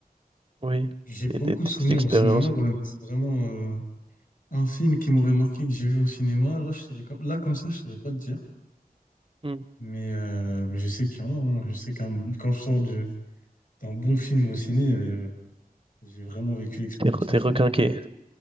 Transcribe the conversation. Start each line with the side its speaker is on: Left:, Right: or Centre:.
Right: Oui,
Left: j'ai beaucoup
Right: et des, des
Left: de souvenirs
Right: petites expériences.
Left: au cinéma. Voilà, mais c'est vraiment euh, un film qui m'aurait marqué que j'ai vu au cinéma. Là, je saurais comme... Là, comme ça, je saurais pas te dire.
Right: Hmm.
Left: Mais, euh, mais je sais qu'il y en a. hein. Je sais qu'un quand je sors du- d'un bon film au ciné, euh, j'ai vraiment vécu l'expérience
Right: T'es re- t'es
Left: à fond,
Right: requinqué.
Left: quoi.